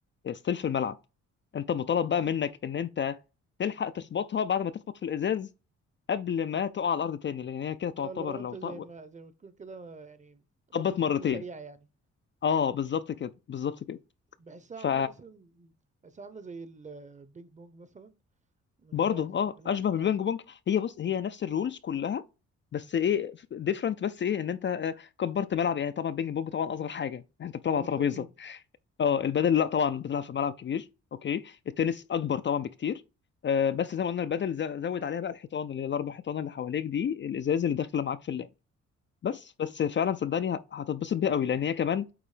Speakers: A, on the left (about 40°); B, on the right (about 25°).
A: هي ستيل في الملعب انت مطالب بقى منك ان انت تلحق تخبطها بعد ما تخبط في الازاز قبل ما تقع على الارض تاني لان هي كده تعتبر
B: اه لو انت
A: لو
B: زي
A: طق-
B: ما زي ما تكون كده يعني
A: طبت
B: ردة
A: مرتين
B: فعل سريعة يعني
A: اه بالظبط
B: آه.
A: كده بالظبط كده
B: بحسها
A: ف
B: عاملة مثلا بحسها عاملة زي البينج بونج مثلا
A: برضه
B: فيها فيها
A: اه
B: منها
A: اشبه بالبينج
B: اه
A: بونج هي بص هي نفس الرولز كلها بس ايه ديفرنت بس ايه ان انت آه، كبرت ملعب يعني طبعا البينج بونج طبعا اصغر حاجه يعني انت بتلعب
B: اه
A: على ترابيزه
B: اكيد
A: اه البدل لا طبعا بتلعب في ملعب كبير اوكي التنس اكبر طبعا بكتير آه، بس زي ما قلنا البدل ز- زود عليها بقى الحيطان اللي هي الاربع حيطان اللي حواليك دي الازاز اللي داخله معاك في اللعب بس بس فعلا صدقني هتتبسط بيها قوي لان هي كمان